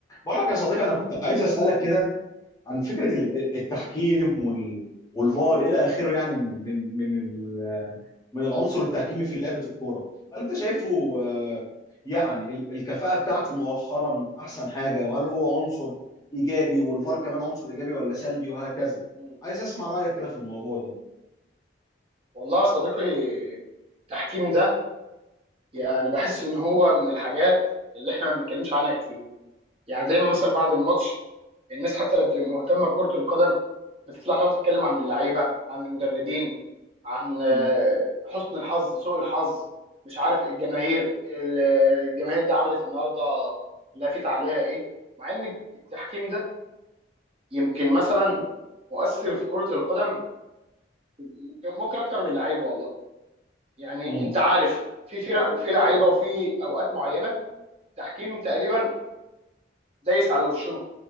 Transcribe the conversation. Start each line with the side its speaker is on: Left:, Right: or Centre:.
Left: بقول لك يا صديقي انا كنت عايز اسالك كده عن فكره ال- التحكيم وال- والفار الى اخره يعني من من من ال- من العنصر التحكيمي في لعبه الكوره هل انت شايفه آه، يعني ال- الكفاءه بتاعته مؤخرا احسن حاجه وهل هو عنصر ايجابي والفار كمان عنصر ايجابي ولا سلبي وهكذا
Right: مم.
Left: عايز اسمع رايك كده في الموضوع ده
Right: والله يا صديقي التحكيم ده يعني بحس ان هو من الحاجات اللي احنا ما بنتكلمش عنها كتير يعني دايما مثلا بعد الماتش الناس حتى اللي بتبقى مهتمه بكره القدم بتطلع تقعد تتكلم عن اللعيبه عن المدربين عن آه،
Left: مم.
Right: حسن الحظ سوء الحظ مش عارف إيه الجماهير ال- الجماهير دي عملت النهارده لافت عليها ايه مع ان التحكيم ده يمكن مثلا مؤثر في كره القدم ممكن ممكن اكتر من اللعيبه والله يعني
Left: مم.
Right: انت عارف في فرق وفي لعيبه وفي اوقات معينه التحكيم تقريبا دايس على وشهم